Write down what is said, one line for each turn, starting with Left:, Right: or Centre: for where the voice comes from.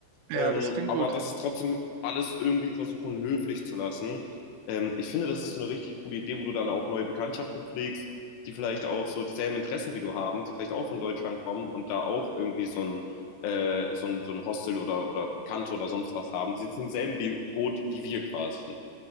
Right: Ja,
Left: Ähm,
Right: das klingt
Left: aber
Right: gut.
Left: dass es trotzdem alles irgendwie versuchen, höflich zu lassen. Ähm, ich finde, das ist so eine richtig coole Idee, wo du dann auch neue Bekanntschaften pflegst, die vielleicht auch so dieselben Interessen wie du haben, die vielleicht auch von Deutschland kommen und da auch irgendwie so ein, äh, so ein, so ein Hostel oder, oder Bekannte oder sonst was haben. Die sitzen im selben wie Boot wie wir quasi.